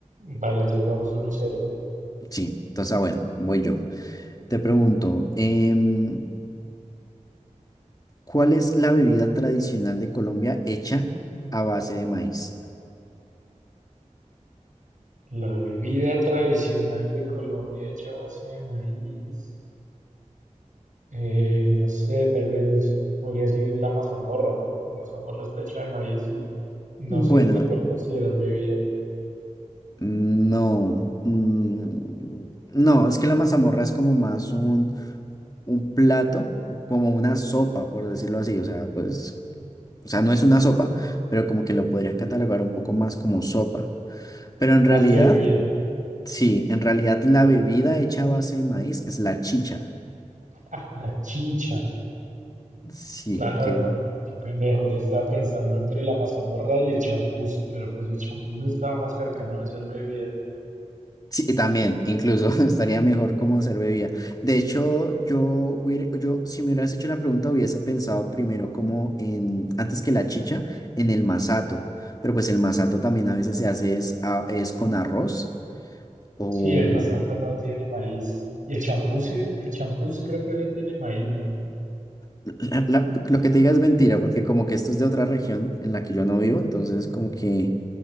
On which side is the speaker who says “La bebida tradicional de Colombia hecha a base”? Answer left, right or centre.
Right